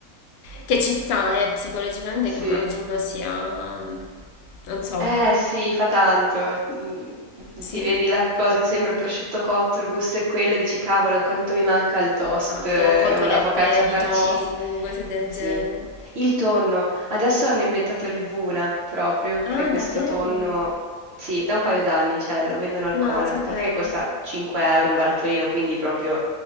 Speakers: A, on the left; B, on the right.
A: che ci sta, eh, psicologicamente
B: Sì.
A: immagino sia... non so,
B: Eh sì, fa tanto. Mhmm,
A: sì,
B: ti vedi la cosa che sembra prosciutto cotto, il gusto è quello e dici: "Cavolo, quanto mi manca il toast
A: esatto,
B: eh,
A: cotolette
B: o la focaccia
A: di
B: farcita".
A: tofu, cose del
B: Sì.
A: genere.
B: Il tonno. Adesso hanno inventato il Vuna proprio,
A: Ah,
B: che è questo
A: davvero?
B: tonno sì, da un paio d'anni c'è, lo vendono al
A: No,
B: Conad.
A: non sapevo.
B: A parte che costa 5 € un barattolino, quindi proprio